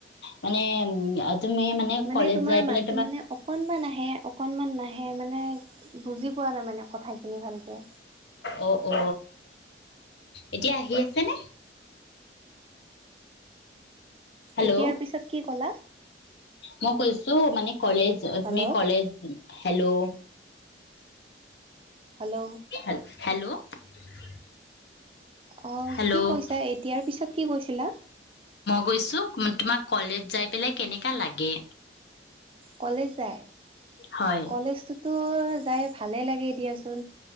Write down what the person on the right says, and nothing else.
মানে
তোমাৰ
মাতো মানে অকনমান আহে অ অকণমান নাহে মানে বুজি পোৱা নাই মানে কথ খিনি ভালকৈ
এতিয়াৰ পিছত কি ক'লা
হেল্ল',
হেল্ল'।
অ
কি কৈছা এতিয়াৰ পিছত কি কৈছিলা
কলে যায়
কলেজ তো যাই ভালেই লাগে দিয়াচোন